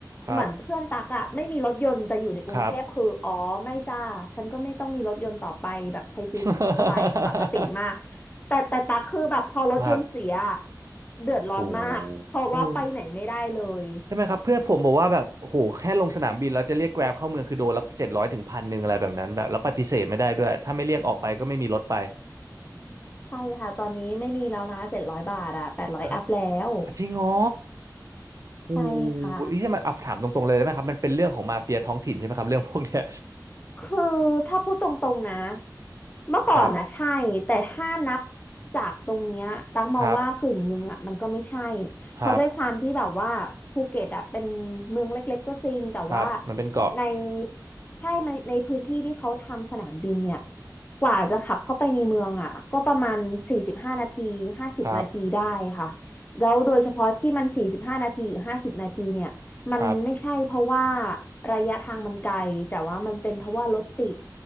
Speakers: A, on the right; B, on the left.
A: ครับ
B: เหมือนเพื่อนตักอะไม่มีรถยนต์แต่อยู่ในกรุงเทพคืออ๋อไม่จ้าฉันก็ไม่ต้องมีรถยนต์ต่อไปแบบใช้ชีวิตสบายปกติมาก
A: ครับ <laughs>
B: แต่แต่ตักคือแบบพอรถยนต์เสียอะ
A: ครับ
B: เดือดร้อนมากเพราะว่าไปไหนไม่ได้เลย
A: โหเออใช่ไหมครับเพื่อนผมบอกว่าแบบโหแค่ลงสนามบินแล้วจะเรียกแกร็บเข้าเมืองคือโดนละเจ็ดร้อยถึงพันหนึ่งอะไรแบบนั้นแบบแล้วปฏิเสธไม่ได้ด้วยถ้าไม่เรียกออกไปก็ไม่มีรถไป
B: ใช่ค่ะตอนนี้ไม่มีแล้วนะเจ็ดร้อยบาทอะแปดร้อยอัพแล้ว
A: อ่ะอ่ะจริงเหรอ
B: <laughs>
A: โห
B: ใช่ค่ะ
A: นี่ใช่มันเอาถามตรงๆเลยได้ไหมครับมันเป็นเรื่องของมาเฟียท้องถิ่นใช่ไหมครับเรื่องพวกเนี้ย
B: คือถ้าพูดตรงๆนะเมื่อก่อนนะใช่แต่ถ้านับ
A: ครับ
B: จากตรงเนี้ยตักมองว่ากึ่งหนึ่งอ่ะมันก็ไม่ใช่
A: ครับ
B: เพราะด้วยความที่แบบว่าภูเก็ตอ่ะเป็นเมืองเล็กๆก็จริงแต่ว่า
A: ครับครับมันเป็นเกาะ
B: ในใช่ในในพื้นที่ที่เขาทำสนามบินเนี่ยกว่าจะขับเข้าไปในเมืองอ่ะก็ประมาณสี่สิบห้านาทีห้าสิบนาทีได้ค่ะ
A: ครับ
B: แล้วโดยเฉพาะที่มันสี่สิบห้านาทีหรือห้าสิบนาทีเนี่ย มันไม่ใช่เพราะว่า
A: ครับ
B: ระยะทางมันไกลแต่ว่ามันเป็นเพราะว่ารถติด